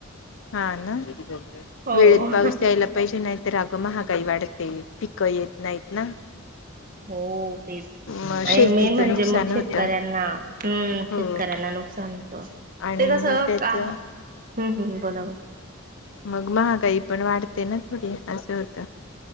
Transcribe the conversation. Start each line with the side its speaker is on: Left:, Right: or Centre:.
Left: हा ना,
Right: हो
Left: वेळेत पाऊस यायायला पाहिजे नाहीतर अग महा काही वाढते पिकं येत नाहीत ना
Right: हो तेच
Left: मग
Right: आणि
Left: शेतीचं
Right: मेन म्हणजे
Left: नुकसान
Right: मग शेतकऱ्यांना
Left: होतं
Right: हम्
Left: हो
Right: शेतकऱ्यांना नुकसान होत
Left: आणि
Right: ते कसं
Left: मग त्याचं
Right: का हम्म हम् बोला बोला
Left: मग महागाई पण वाढते ना थोडी असं होतं